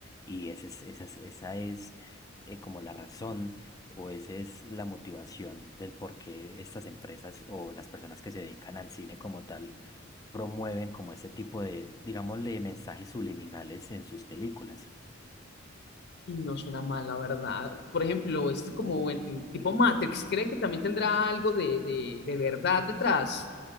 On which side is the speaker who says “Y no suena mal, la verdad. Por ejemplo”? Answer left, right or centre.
Left